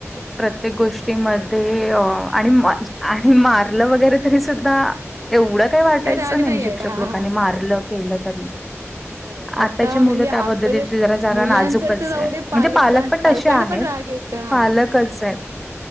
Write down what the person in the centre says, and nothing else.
प्रत्येक
गोष्टी
मध्ये
अ आणि मा आणि मारलं वगैरे तरी सुद्धा एवढं काय वाटायचं
नाही शिक्षक
लोकांनी
मारलं केलं तरी
आताची
मुलं
त्या पद्धती ची जरा
नाजूकच
आहे
म्हणजे पालक पण
तशे आहेत
पालकच येत.